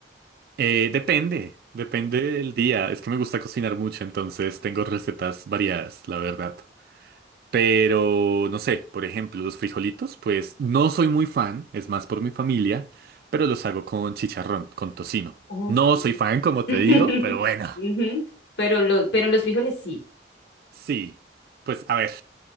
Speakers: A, on the right; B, on the left.
A: Eh, depende, depende del día. Es que me gusta cocinar mucho, entonces tengo recetas variadas, la verdad. Pero, no sé, por ejemplo, los frijolitos, pues no soy muy fan, es más por mi familia, pero los hago con chicharrón, con tocino.
B: Ok.
A: No soy fan, como te
B: <laughs>
A: digo, pero bueno.
B: Ujú, Pero, lo- pero en los frijoles sí.
A: Sí, pues a ver,